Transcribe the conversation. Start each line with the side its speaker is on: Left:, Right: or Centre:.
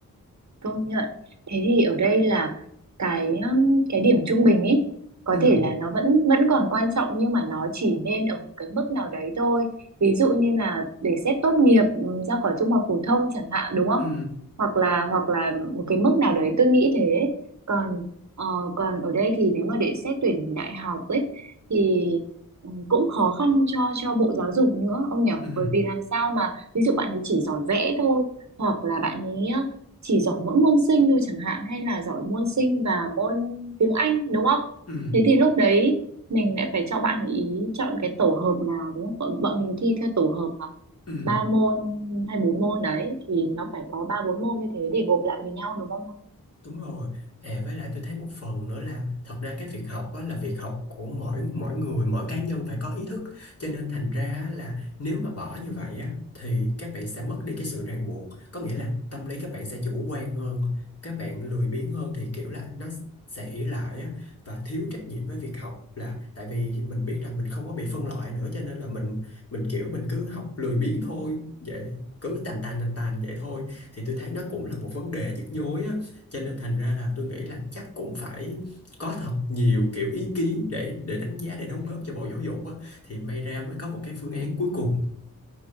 Right: Công nhận. Thế thì ở đây là cái um, cái điểm trung bình ấy có
Left: ừ
Right: thể là nó vẫn vẫn còn quan trọng nhưng mà nó chỉ nên ở cái mức nào đấy thôi. Ví dụ như là để xét tốt nghiệp um, ra khỏi trung học phổ thông chẳng hạn đúng không?
Left: ừ
Right: Hoặc là hoặc là một cái mức nào đấy tôi nghĩ thế. Còn ờ, còn ở đây thì nếu mà để xét tuyển đại học ấy thì um, cũng khó khăn cho cho Bộ Giáo dục nữa ông nhỉ?
Left: ừ
Right: Bởi vì làm sao mà ví dụ bạn ấy chỉ giỏi vẽ thôi hoặc là bạn ấy chỉ giỏi mỗi môn sinh thôi chẳng hạn hay là giỏi môn sinh và môn tiếng Anh đúng không?
Left: ừ
Right: Thế thì lúc đấy mình lại phải cho bạn ý chọn cái tổ hợp nào đúng không? Bọn, bọn mình thi theo tổ hợp mà
Left: ừ
Right: ba môn hay bốn môn đấy thì nó phải có ba bốn môn như thế để gộp lại với nhau đúng không?
Left: Đúng rồi. À, với lại tôi thấy một phần nữa là thật ra cái việc học á, là việc học của mỗi mỗi người, mỗi cá nhân phải có ý thức. Cho nên thành ra á là nếu mà bỏ như vậy á thì các bạn sẽ mất đi cái sự ràng buộc. Có nghĩa là tâm lý các bạn sẽ chủ quan hơn, các bạn lười biếng hơn thì kiểu là nó sẽ ỷ lại á và thiếu trách nhiệm với việc học là tại vì mình biết rằng mình không có bị phân loại nữa cho nên là mình mình kiểu mình cứ học lười biếng thôi. Vậy cứ tàn tàn tàn tàn vậy thôi thì tôi thấy nó cũng là một vấn đề nhức nhối á cho nên thành ra là tôi nghĩ là chắc cũng phải có thật nhiều kiểu ý kiến để để đánh giá để đóng góp cho bộ giáo dục á thì may ra mới có một cái phương án cuối cùng